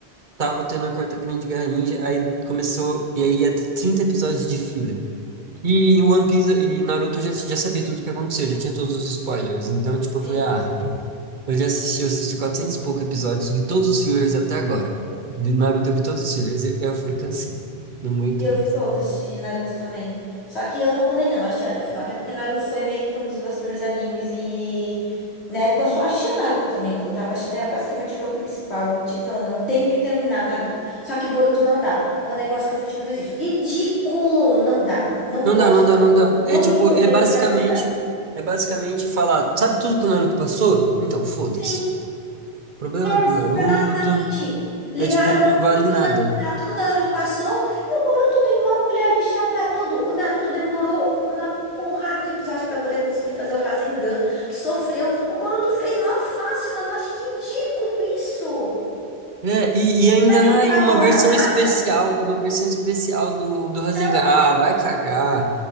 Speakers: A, on the right (about 50°); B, on the left (about 75°).
A: tava tendo a Quarta Grande Guerra Ninja, aí começou, e aí ia ter 30 episódios de filler. E o One Piece e Naruto eu já, já sabia tudo o que aconteceu, já tinha todos os spoilers. Então, tipo, eu
B: sim.
A: falei, ah, eu já assisti, eu assisti 400 e poucos episódios, vi todos os fillers até agora. De Naruto eu vi todos os fillers. Eu, eu falei, cansei, não aguento
B: Eu
A: mais.
B: vi todos de Naruto também. Só que eu não pulei, não, assisti até o final. Até porque Naruto foi meio que um dos meus primeiros animes e. Na época eu só achei Naruto também, quando eu tava assistindo, era basicamente o meu principal. Tipo, falando, eu tenho que terminar Naruto. Só que Boruto não dá. É um negócio que eu fiz que não existe. Ridículo! Não dá. Não
A: Não
B: gosto
A: dá, não
B: de
A: dá,
B: Boruto.
A: não dá.
B: Não
A: É tipo,
B: me convencem
A: é basicamente,
B: a gostar.
A: é basicamente falar, sabe tudo que o Naruto passou? Então, foda-se.
B: Sim.
A: Problema
B: Exatamente.
A: do Naruto,
B: Ligaram
A: é tipo, não vale nada.
B: pra tudo que o Naruto passou e o Boruto tem uma colher de chá pra tudo. O Naruto demorou uma porrada de episódio pra poder conseguir fazer o Rasengan. Sofreu. O Boruto fez mó fácil, mano. Eu achei ridículo isso.
A: É, e, e ainda,
B: Pra que ele não
A: ai,
B: dá
A: uma
B: valor
A: versão
B: a nada.
A: especial, uma versão especial do, do Rasengan.
B: Então,
A: Ah, vai cagar.